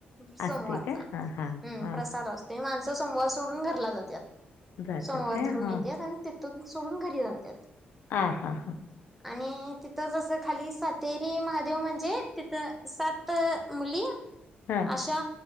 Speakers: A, in the centre; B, on the left.
A: सोमवारचा
B: असते काय? हां, हां,
A: हम्म
B: हां.
A: प्रसाद असतो. ते माणसं सोमवार सोडून घरला जात्यात
B: जातात
A: सोमवार
B: काय?
A: धरून
B: हां.
A: येत्यात आणि तिथून सोडून घरी जात्यात.
B: हा हा.
A: आणि तिथंच जसं खाली सातेरी महादेव म्हणजे तिथं सात त मुली.
B: हा.
A: अशा